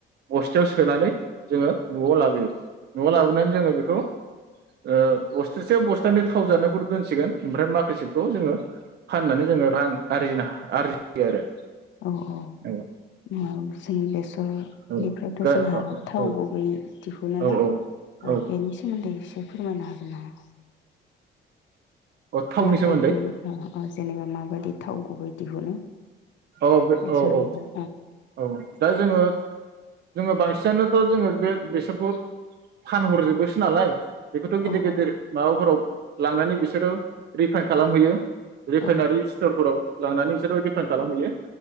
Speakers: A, on the right (about 55°); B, on the left (about 70°).
A: बस्थायाव सोनानै जोङो नआव लाबोयो। नआव लाबोनानै जोङो बेखौ ओ बस सासे बस्थानि थावजानायफोर दोनसिगोन ओमफ्राय माखासेखौ जोङो फाननानै जोङो रां आरजिनो हा आरजियो आरो
B: अ अ
A: औ
B: मा बुस <unintelligible> ओ
A: औ
B: बेनिफ्रायथ
A: दा
B: जोंहा
A: औ
B: थाव
A: औ
B: गुबै दिहुनो
A: औ
B: ना ओ
A: औ
B: बेनि सोमोन्दै बे फोरमायनो हागोन नामा?
A: औ थावनि
B: माबायदि
A: सोमोन्दै
B: ओ ओ जेनेबा माबादि थाव गुबै दिहुनो
A: औ बे
B: बेसरनिफ्राय
A: औ औ औ दा जोङो जोङो बांसिनानोथ जोङो बे बेसरखौ फानहरजोबोसो नालाय बेखौथ गिदिर
B: औ
A: गिदिर
B: औ
A: माबाफोराव लांनानै बिसोरो रिफाइन खालामहैयो। रिफाइनारि
B: औ
A: स्थिरफोराव लांनानै इसोरो रिफाइन खालाम हैयो